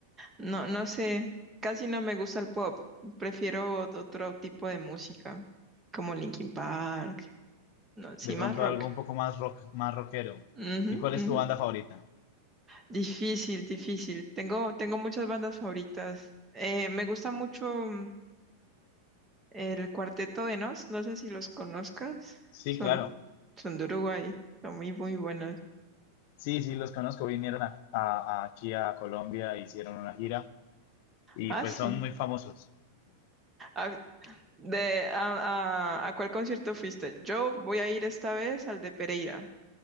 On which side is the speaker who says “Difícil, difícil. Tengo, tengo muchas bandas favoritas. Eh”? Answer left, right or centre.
Right